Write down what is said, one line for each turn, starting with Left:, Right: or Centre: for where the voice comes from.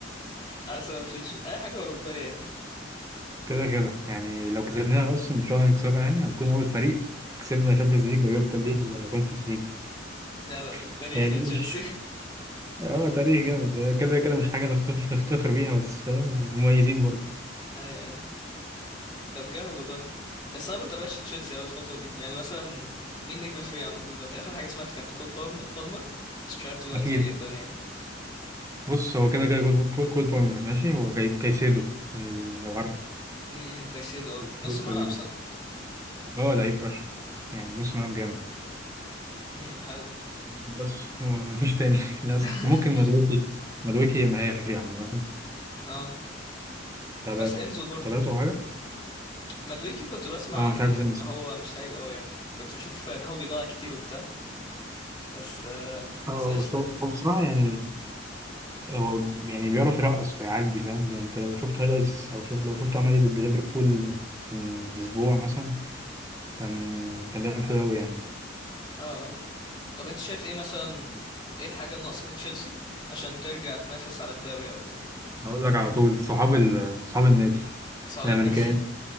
Left: حاسس ما فيش اي حاجة اوروبية يعني
Right: كده كده يعني لو كسبناها اصلا ان شاء الله نكسبها يعني هنكون اول فريق كسبنا شامبيونز ليج ويوروبا ليج وكونفرنس ليج
Left: لا لا، للتاريخ
Right: <laughs> هي دي
Left: يا تشيلسي
Right: مش هو تاريخ جامد كده كده مش حاجة نفتخر نفتخر بيها بس فاهم مميزين برضه
Left: <laughs> ايوه ايوه طب جامد والله بس انا ما بتابعش تشيلسي اوي الفترة دي يعني مثلا مين نجم الفريق عندكم دلوقتي اخر حاجة سمعت كانت كول بالم- بالمر بس مش عارف دلوقتي
Right: اكيد
Left: ايه الدنيا يعني
Right: بص هو كده كده كول بو- كول بومر ماشي هو كاي- كايسيدو ال- لو عارفه
Left: امم كايسيدو اه نص
Right: جوز
Left: ملعب
Right: كايسيدو
Left: صح؟
Right: هو لعيب فشخ يعني نص ملعب جامد
Left: امم حلو
Right: بس هو مفيش تاني <laughs> للاسف
Left: <laughs>
Right: ممكن مدويكي مدويكي مهاري عامه
Left: اه
Right: تابعته
Left: بس انزو برضو
Right: تابعته أو حاجه
Left: مدويكي كنت بسمع
Right: اه
Left: عنه
Right: مش عارف ازاي نسيت
Left: ان هو مش لعيب قوي يعني كنت بشوف ان هو بيضيع كتير وبتاع بس آه،
Right: اه
Left: بس قشطه
Right: بس هو
Left: يعني
Right: هو بصراحه يعني هو يعني بيعرف يرقص ويعدي فاهم ده انت لو شفت هايلايتس او شفت لو شفته عمل ايه ضد ليفربول من اسبوع مثلا كان كان بيلعب حلو قوي يعني
Left: اه آه. طب انت شايف ايه مثلا ايه الحاجه الناقصه في تشيلسي عشان ترجع تنافس على الدوري او كده
Right: اقول لك على طول صحاب ال... صحاب النادي
Left: صعب
Right: الامريكان
Left: ان <laughs>